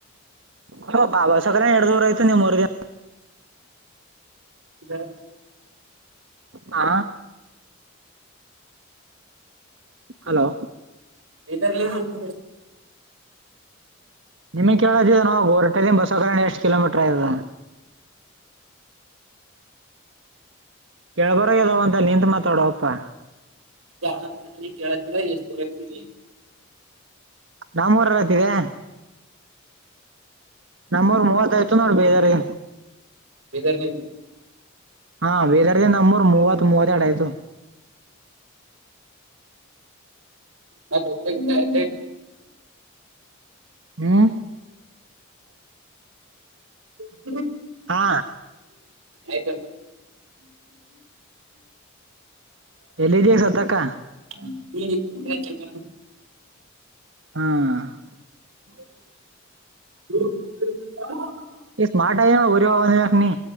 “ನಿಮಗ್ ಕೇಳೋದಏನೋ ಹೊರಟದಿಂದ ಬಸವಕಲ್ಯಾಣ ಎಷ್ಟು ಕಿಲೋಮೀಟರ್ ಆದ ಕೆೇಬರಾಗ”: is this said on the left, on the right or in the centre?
Right